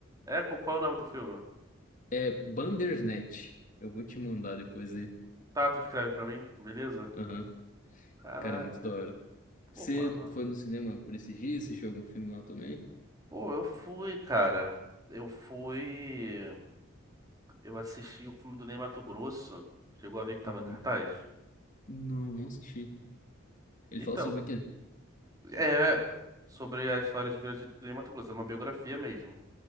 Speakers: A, on the right; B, on the left.
A: É, qual, qual é o nome do filme?
B: É Bandersnatch. Eu vou te mandar depois aí.
A: Tá, tu escreve pra mim, beleza?
B: Aham.
A: Caraca.
B: Cara, é muito da hora.
A: Pô,
B: Você
A: mano.
B: foi no cinema por esses dias? Assistiu algum filme lá também?
A: Pô, eu fui, cara. Eu fui. Eu assisti o filme do Ney Matogrosso. Chegou a ver que tava
B: Uhum.
A: em cartaz?
B: Não, não assisti. Ele
A: Então,
B: fala sobre o quê?
A: É sobre a história de Vila de de Mato Grosso, é uma biografia mesmo.